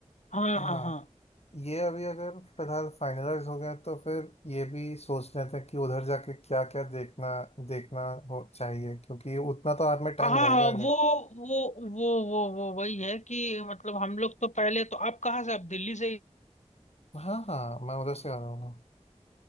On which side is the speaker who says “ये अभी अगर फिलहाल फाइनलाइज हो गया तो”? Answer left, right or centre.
Left